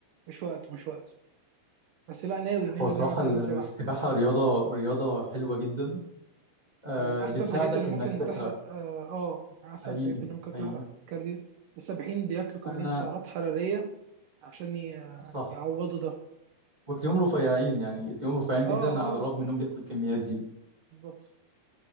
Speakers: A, on the right; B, on the right.
A: مش وقت مش وقت بس لا ناوي ناوي
B: هو صراحة
A: ان انا اتعلم
B: السباحة
A: سباحه
B: رياضة رياضة حلوة جدا آه،
A: من احسن
B: بتساعدك
A: الحاجات اللي ممكن
B: انك تحرق
A: تحرق اه آه، من احسن
B: حقيقي
A: الحاجات اللي ممكن
B: حقيقي
A: تحرق الكارديو السباحين بياكلوا كمية
B: انا
A: سعرات حرارية عشان ي-
B: صح
A: يعوضوا ده
B: وتلاقيهم رفيعين يعني تلاقيهم رفيعين
A: اه
B: جدا
A: اه
B: على الرغم انهم بياكلوا الكميات دي
A: بالظبط